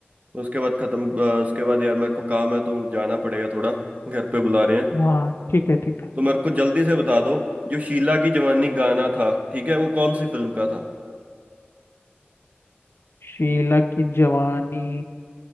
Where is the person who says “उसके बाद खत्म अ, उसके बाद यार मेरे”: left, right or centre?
Right